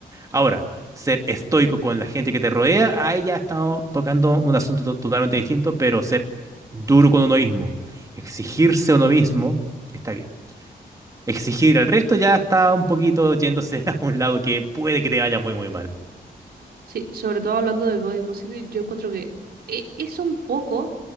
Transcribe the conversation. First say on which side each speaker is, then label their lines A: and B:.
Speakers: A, on the right; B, on the right.
A: Ahora, ser estoico con la gente que te rodea, ahí ya estamos tocando un asunto to- totalmente distinto, pero ser duro con uno mismo, exigirse a uno mismo, está bien. Exigir al resto ya está un poquito yéndose <laughs> a un lado que puede que te vaya muy, muy mal.
B: Sí, sobre todo hablando del body positive, yo encuentro que e- es un poco,